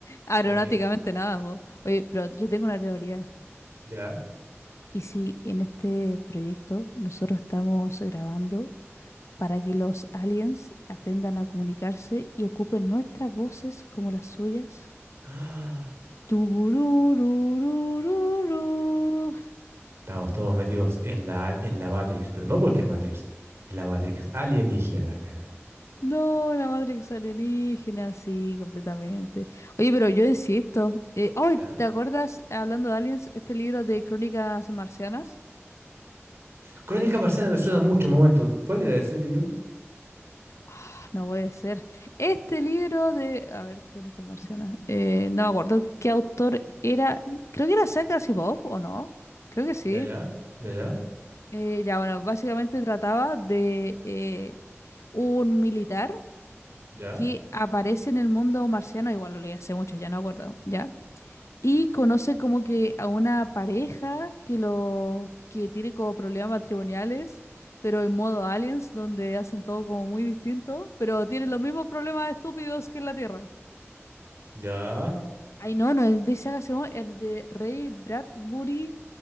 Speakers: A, on the left; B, on the right.
A: Aeronáuticamente
B: Eh, cu-
A: nada, po. Oye, pero yo tengo una teoría.
B: ¿ya? <gasps>
A: ¿Y si en este proyecto nosotros estamos grabando para que los aliens aprendan a comunicarse y ocupen nuestras voces como las suyas?
B: Ah,
A: Tururururururu.
B: estamos todos metidos en la, en la Matrix, pero no cualquier Matrix. La Matrix alienígena acá.
A: No, la Matrix alienígena, sí, completamente. Oye, pero yo insisto. Eh, ay,
B: ¿Ya?
A: ¿te acuerdas, hablando de aliens, este libro de Crónicas Marcianas?
B: Crónica Marciana me suena mucho, un momento. ¿Cuál era ese libro?
A: Ah, no puede ser. Este libro de, a ver, Crónicas Marcianas. eh, no me acuerdo qué autor era. Creo que era Isaac Asimov, ¿o no? Creo que sí.
B: Ya, ya, ya, ya,
A: Eh, ya, bueno, básicamente trataba de eh, un militar
B: ya,
A: que aparece en el mundo marciano. Igual lo leí hace mucho, ya no me acuerdo. ya y conoce como que a una pareja que lo que tiene como problemas matrimoniales, pero en modo aliens, donde hacen todo como muy distinto, pero tienen los mismos problemas estúpidos que en la Tierra.
B: ya.
A: Ay, no, no, es de Isaac Asimov, es de Ray Bradbury.